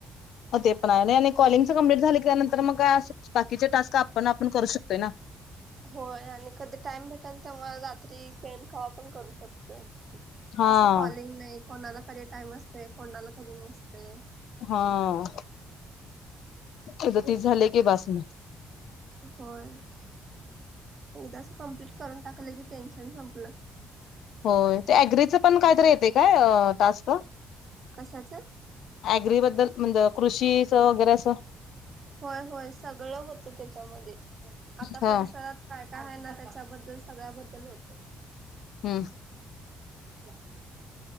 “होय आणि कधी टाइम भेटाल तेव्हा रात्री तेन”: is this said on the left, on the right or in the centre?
Right